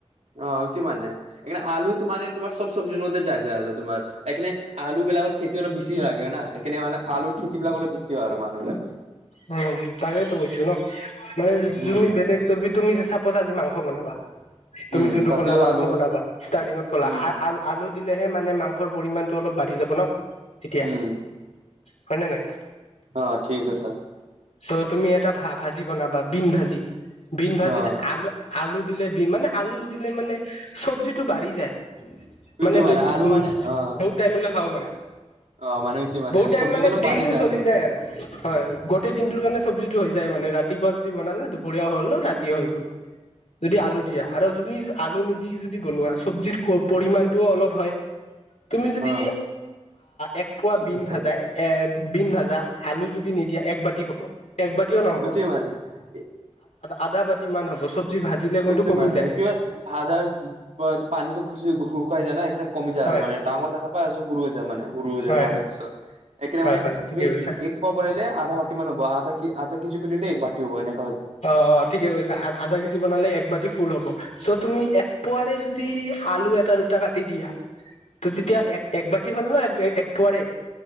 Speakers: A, on the right; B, on the left.
A: অ', এইটো মানে এই কাৰনে আলু মানে তোমাৰ চব চব্জিৰ মধ্যে যায় যায় আৰু তোমাৰ। এইকাৰনে আলু বিলাকৰ খেতি অলপ বেছি লাগে না, এইকাৰনে মানে আলুৰ খেতি বিলাক অলপ বেছি হয় আৰু। মানুহবিলাক
B: উম, তাকেইতো কৈছো ন, মানে
A: উম
B: জুমি বেলেগ চবি তুমি চাপচ আজি মাংস বনাবা তুমি
A: উম
B: যোনটো
A: তাতেও
B: ক'লা মাংস
A: আলু হয়
B: বনাবা ষ্টাৰ্টিঙত ক'লা।
A: উম
B: আ আ আলু দিলেহে মানে মাংসৰ পৰিমাণটো অলপ বাঢ়ি যাব ন তেতিয়া
A: উম
B: হয়নে নাই?
A: অ', ঠিক আছে।
B: চ' তুমি এটা ভা ভাজি বনাবা বীন ভাজি, বীন ভাজিত
A: অ
B: আলু আলু দিলে বি মানে আলু দিলে মানে চব্জিটো বাঢ়ি যায়।
A: ইটো
B: মানে উ
A: আলু মানে অ
B: বহুত টাইমলৈ খাব পাৰা।
A: অ মানে ইটো
B: বহুত টাইম
A: চব্জিটো
B: মানে
A: অলপ
B: দিনতটো
A: বাঢ়ি
B: চলি
A: মানে
B: যায় আৰু। হয়। গোটেই দিনটোৰ কাৰণে চব্জিতটো হৈ যায় মানে ৰাতিপুৱা যদি বনালে দুপৰীয়া হ'ল ৰাতিয়ে হৈ গ'ল। যদি আলু দিয়া। আৰু তুমি আলু নিদি যদি বনোৱা চব্জিৰ পৰিমাণটোও অলপ হয়, তুমি যদি
A: অ
B: এক পোৱা
A: ঠিক
B: বিন
A: কৈছা
B: ভাজা। এ বিন ভাজা আলু যদি নিদিয়া এক বাতি হ'ব। এক বাতিও নহব
A: ইটোৱে মানে
B: আধা বাতি মান হ'ব, চব্জি ভাজিলে কিন্তু
A: এইটো
B: কমি
A: মানে
B: যায়।
A: কিয় ভাজাৰ পানিতো খু শুকুৱাই যায় না সেই কাৰনে কমি যায়
B: হয়
A: আৰু, মানে ডাঙৰ দেখা পাই আছো সৰু হৈ যায় মানে সৰু হৈ যাব
B: হয়
A: ভজাৰ পিছত। এইকাৰণে
B: হয়
A: মানে
B: হয় ঠিকে
A: তুমি
B: কৈছা
A: এক পোৱা বনালে আধা বাটি মান হ'ব, আধা আধা কেজি কৰিলে এক বাতি হ'ব। এনে
B: অ', অ' ঠিকে কৈছা। আ আধা কেজি বনালে একবতি ফুল হ'ব। চ' তুমি একপোৱাৰে যদি আলু এটা দুটা কাটি দিয়া। ত' তেতিয়া এক এক বাতি হ'ল না এক পোৱাৰে।